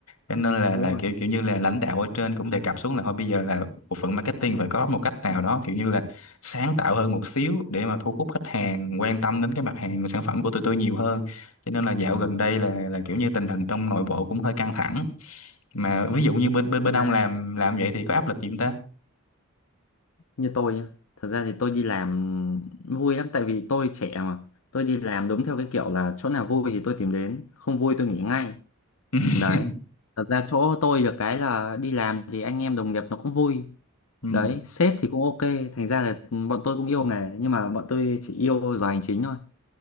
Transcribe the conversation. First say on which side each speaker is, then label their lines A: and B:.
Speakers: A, on the left; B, on the left.
A: cho nên là
B: đúng
A: là
B: rồi.
A: kiểu kiểu như là lãnh đạo ở trên cũng đề cập xuống là thôi bây giờ là bộ phận marketing phải có một cách nào đó kiểu như là sáng tạo hơn một xíu để mà thu hút khách hàng quan tâm đến cái mặt hàng của sản phẩm của tụi tôi nhiều hơn cho nên là dạo
B: Ờ,
A: gần đây là là kiểu như tình hình trong nội bộ cũng hơi căng thẳng mà ví dụ như bên bên
B: thật
A: bên
B: ra
A: ông làm làm vậy thì có áp lực gì không ta
B: như tôi nhá, thật ra thì tôi đi làm vui lắm tại vì tôi trẻ mà. Tôi đi làm đúng theo cái kiểu là chỗ nào vui thì tôi tìm đến, không vui tôi nghỉ ngay.
A: Ừ. <laughs>
B: đấy thật ra chỗ tôi được cái là đi làm thì anh em đồng nghiệp nó cũng vui
A: Ừ.
B: đấy sếp thì cũng ok thành ra là bọn tôi cũng yêu nghề nhưng mà bọn tôi chỉ yêu giờ hành chính thôi